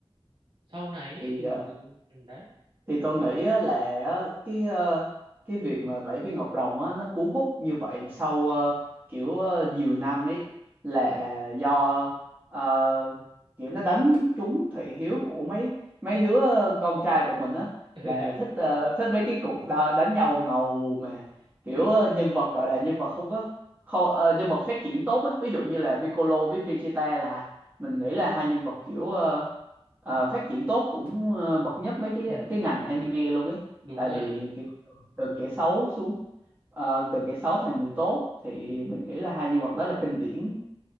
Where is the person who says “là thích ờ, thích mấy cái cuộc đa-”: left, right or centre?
Right